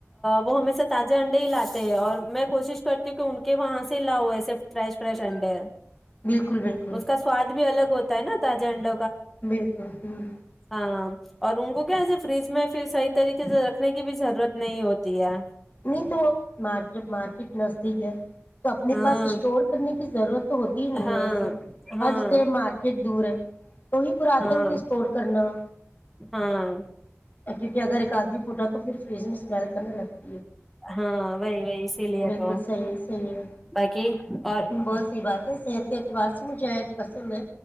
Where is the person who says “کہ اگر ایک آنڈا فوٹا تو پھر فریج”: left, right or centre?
Left